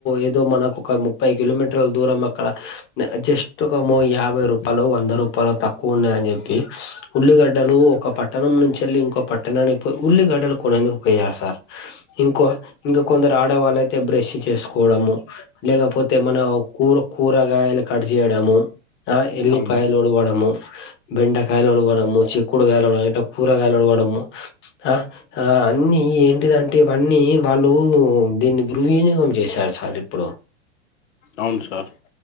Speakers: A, on the left; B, on the left.
A: ఏదో మనకు ఒక ముప్పై కిలోమీటర్ల దూరంగా ఇక్కడ జస్ట్ ఒకో మ్మో యాభై రూపాయలు వంద రూపాయలు తక్కువ ఉన్నాయని చెప్పి ఉల్లిగడ్డలు ఒక పట్టణం నుంచి వెళ్లి ఇంకో పట్టణానికి పోయి ఉల్లిగడ్డలు కొనేందుకు పోయారు సార్ ఇంకో ఇంక కొందరు ఆడేవాళ్ళయితే బ్రష్ చేసుకోవడము లేకపోతే మన కూర కూరగాయలు కట్ జేయడము ఆ ఎల్లిపాయలు
B: అవును
A: ఉడవడము బెండకాయలు డవడము చిక్కుడు కాయలుడము ఇ కూరగాయలుడివడము ఆ ఆ అన్ని ఏంటిదంటే ఇవన్నీ వాళ్ళు దీన్ని దుర్వినియోగం చేశారు చాల ఇప్పుడు
B: అవును సార్